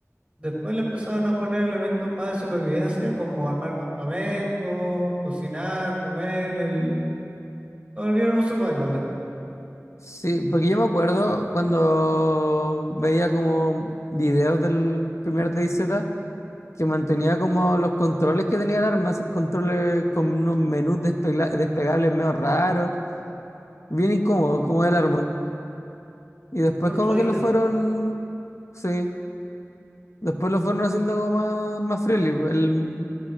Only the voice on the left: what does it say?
Sí, porque yo me acuerdo cuando veía como videos del primer DayZ que mantenía como los controles que tenía el arma, esos controles con unos menús desplegla- desplegables medio raros, bien incómodos como el arma. Y después
como
que lo fueron, sí, después lo fueron haciendo como más, más friendly, el-